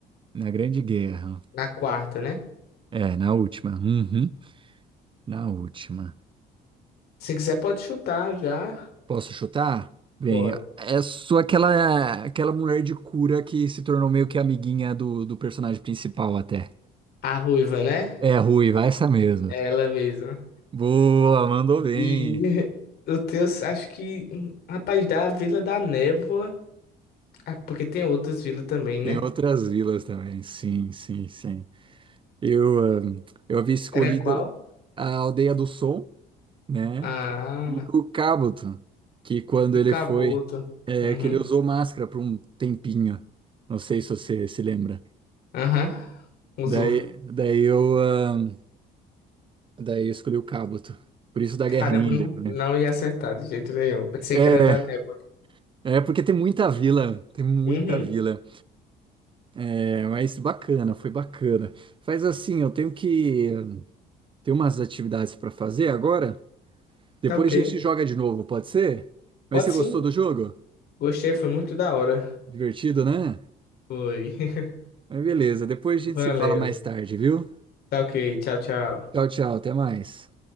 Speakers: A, on the right; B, on the left.
A: Na Grande Guerra.
B: Na quarta, né?
A: É, na última. Uhum, na última.
B: Se quiser, pode chutar já.
A: Posso chutar? Bem,
B: Pode.
A: é só aquela, aquela mulher de cura que se tornou meio que amiguinha do, do personagem principal até.
B: A ruiva, né?
A: É, ruiva, essa mesmo.
B: É ela mesma.
A: Boa, mandou bem.
B: E <laughs> o teu, acho que. hum, Rapaz, da Vila da Névoa. Ah, porque tem outras vilas também, né?
A: Tem outras vilas também. Sim, sim, sim. Eu, ah, eu havia escolhido
B: Era qual?
A: a Aldeia do Som. né?
B: Ah,
A: E o Cabuto, que quando
B: o
A: ele
B: caboto.
A: foi, é,
B: Uhum.
A: que ele usou máscara por um tempinho. Não sei se você se lembra.
B: Aham. Usou.
A: Daí, daí eu, ahn, daí eu escolhi o Cabuto. Por isso da
B: Caramba,
A: Guerra Ninja,
B: não,
A: né?
B: não ia acertar de jeito nenhum. Pensei
A: É,
B: que era da névoa.
A: é porque tem muita vila, tem muita
B: Uhum.
A: vila. É, mas bacana, foi bacana. Faz assim, eu tenho que ter umas atividades para fazer agora. Depois
B: Tá ok.
A: a gente joga de novo, pode ser? Mas
B: Pode
A: você
B: sim.
A: gostou do jogo?
B: Gostei, foi muito da hora.
A: Divertido, né?
B: Foi. <laughs>
A: Mas beleza, depois a
B: Valeu.
A: gente se fala mais tarde, viu?
B: Tá ok. Tchau, tchau.
A: Tchau, tchau, até mais.